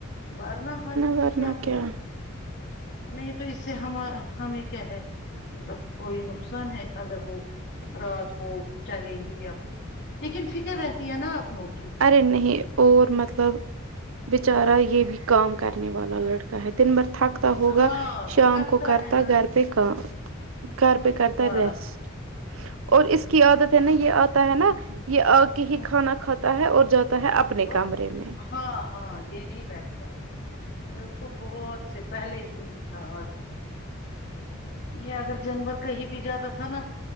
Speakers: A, on the left; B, on the right.
A: ورنہ ہر کسی
B: ورنہ
A: کی اپنی
B: کیا
A: مرزی نہیں تو اس سے ہم ہمیں کیا ہے مطلب کوئی نقص نقصان ہے اگر وہ رات کو چلیں گے یا کچھ لیکن فکر رہتی ہے نا اپنو کی
B: ارے نہیں اور مطلب بچارا یہ بھی کام کرنے والا لڑکا ہے دن بھر تھک ہوگا
A: ہاں
B: شام
A: تھکتا
B: کو کرتا
A: ہے نا
B: گھر پہ کام
A: ہوں
B: گھر پہ کرتا
A: آرام
B: ریسٹ اور اس کی عادت ہے نا یہ آتا ہے نا یہ آگ ہی
A: ہوں
B: کھانا کھاتا ہے اور جاتا ہے اپنے
A: اور
B: کمرے میں
A: ہاں ہاں یہ نہیں بیھتا ہے اس کو بہت سے پہلے سے ہی تھا یہ اگر جانور کہیں بھی جاتا تھا نا